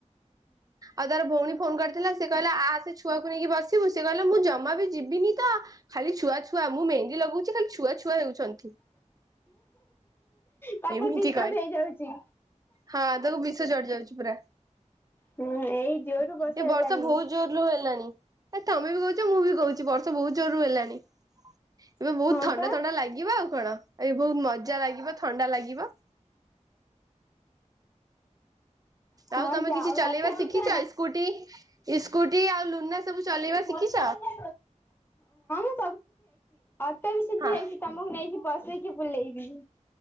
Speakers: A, on the right; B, on the left.
A: ଆଉ ତାର ଭଉଣୀ ଫୋନ କରିଥିଲା ସେ କହିଲା ଆସେ ଛୁଆକୁ ନେଇକି ବସିବୁ ।ସେ କହିଲା ମୁଁ ଜମା ବି ଯିବିନି ତ ଖାଲି ଛୁଆ ଛୁଆ ମୁଁ ମେହେନ୍ଦୀ ଲଗଉଛି ଖାଲି ଛୁଆ ଛୁଆ ହେଉଛନ୍ତି।
B: ତାକୁ
A: ଏମିତି
B: ଡିଷ୍ଟବ
A: କହେ
B: ହେଇଯାଉଛି।
A: ହଁ ତାକୁ ବିଷ ଚଢି ଯାଉଛି ପୁରା
B: ହୁଁ ଏଇ ଜୋର ବର୍ଷା
A: ଏ
B: ହେଲାଣି
A: ବର୍ଷ ବହୁତ ଜୋରରୁ ହେଲାଣି। ଏ ତମେ ବି କହୁଛ ମୁଁ ବି କହୁଛି ବର୍ଷ ବହୁତ ଜୋରରୁ ହେଲାଣି। ଏବେ ବହୁତ
B: ହଁ
A: ଥଣ୍ଡା
B: ପା
A: ଥଣ୍ଡା ଲାଗିବ ଆଉ କଣ? ଏଇ ବହୁତ ମଜା ଲାଗିବ ଲାଗିବ <inaudible>
B: ହଁ
A: ଆଉ ତମେ
B: ଯାଉ
A: କିଛି ଚଲେଇବା
B: ରାତିରେ
A: ଶିଖିଛ
B: ଟିକେ
A: ସ୍କୁଟି ସ୍କୁଟିଆଉ ଲୁନା। ସବୁ ଚଲେଇବା
B: ହ
A: ଶିଖିଛ
B: ମୁ ସବୁ। ିକିଆଛି ଆ <unintelligible> ତ ବି ସେଠି
A: ହଁ
B: ଯାଇଛି ତମକୁ ନେଇକି ବସେଇକି ବୁଲେଇବି